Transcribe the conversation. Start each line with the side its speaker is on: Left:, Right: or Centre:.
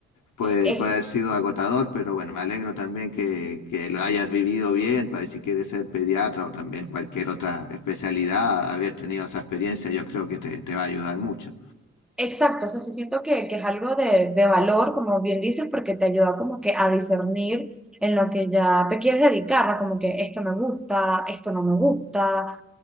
Left: puede,
Centre: Ex-
Left: puede haber sido agotador, pero bueno, me alegro también que, que lo hayas vivido bien, para si quieres ser pediatra o también cualquier otra especialidad, haber tenido esa experiencia, yo creo que te, te va a ayudar mucho.
Centre: exacto, o sea, sí siento que, que es algo de, de valor, como bien dices, porque te ayuda como que a discernir en lo que ya te quieres dedicar, ¿no? Como que esto me gusta, esto no me gusta,